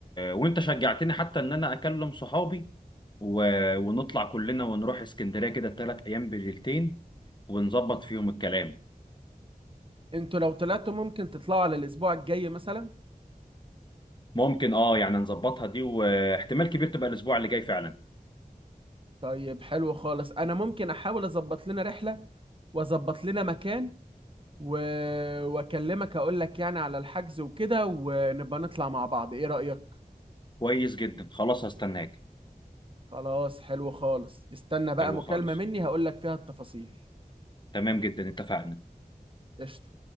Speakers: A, on the left; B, on the right.
A: وانت شجعتني حتى ان انا اكلم صحابي و... ونطلع كلنا ونروح اسكندرية كده ثلاث ايام بليلتين ونظبط فيهم الكلام
B: انتوا لو طلعتوا ممكن تطلعوا على الاسبوع الجاي مثلا
A: ممكن اه يعني نظبطها دي واحتمال كبير تبقى الاسبوع اللي جاي فعلا
B: طيب حلو خالص انا ممكن احاول اظبط لنا رحلة واظبط لنا مكان و... واكلمك اقول لك يعني على الحجز وكده ونبقى نطلع مع بعض ايه رأيك
A: كويس جدا خلاص هستناك
B: خلاص حلو خالص استنى بقى
A: حلو
B: مكالمة
A: خالص
B: مني هقول لك فيها التفاصيل
A: تمام جدا اتفقنا
B: قشطة